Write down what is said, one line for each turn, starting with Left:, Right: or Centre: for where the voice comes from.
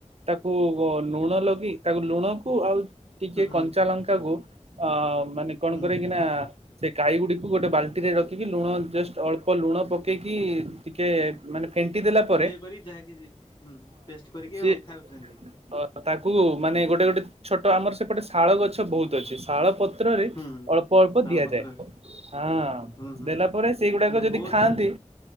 Right: ତାକୁ ନୁଣ ଲଗେଇ ତାକୁ ଲୁଣ କୁ ଆଉ ଟିକେ
Left: ହୁଁ ହୁଁ
Right: କଞ୍ଚା ଲଙ୍କାକୁ ଅ ମାନେ କଣ
Left: ହୁଁ
Right: କରିକିିନା ସେ କାଇଗୁଡିକୁ ଗୋଟେ ବାଲଟିରେ ରଖିକି ଲୁଣ ଜଷ୍ଟ ଅଳ୍ପ ଲୁଣ ପକେଇକି ଟିକେ ମାନେ ଫେଣ୍ଟି ଦେଲା ପ
Left: ଏ କରି ଯାହାକି ହୁଁ ଟେଷ୍ଟ କରିକି
Right: ସିଏ
Left: ଅଁ ଖାଉଛନ୍ତି।
Right: ଅ ତାକୁ ମାନେ ଗୋଟେ-ଗୋଟେ ଛୋଟ ଆମର ସେପଟେ ଶାଳ ଗଛ ବହୁତ୍। ଅଛି, ଶାଳ ପତ୍ରରେ
Left: ହୁଁ
Right: ଅଳ୍ପ-ଅଳ୍ପ
Left: ଶାଳ
Right: ଦିଆଯାଏ।
Left: ପତ୍ରରେ
Right: ହଁଅ,
Left: ହୁଁ ହୁଁ
Right: ଦେଲା ପରେ ସେଇଗୁଡାକ
Left: ଏ
Right: ଯଦି
Left: ବହୁତ
Right: ଖାଆନ୍ତି